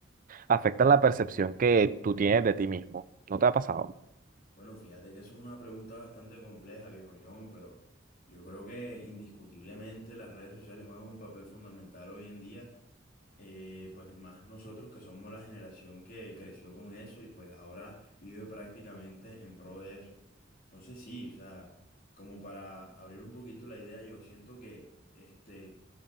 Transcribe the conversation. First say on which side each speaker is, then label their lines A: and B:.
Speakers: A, on the right (about 45°); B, on the left (about 50°).
A: afecta la percepción que tú tienes de ti mismo. ¿No te ha pasado?
B: Bueno, fíjate que eso es una pregunta bastante compleja, viejo John, pero yo creo que indiscutiblemente las redes sociales juegan un papel fundamental hoy en día eh, pues más nosotros que somos la generación que creció con eso y pues ahora vive prácticamente en pro de eso. Entonces sí, o sea, como para abrir un poquito la idea, yo siento que este,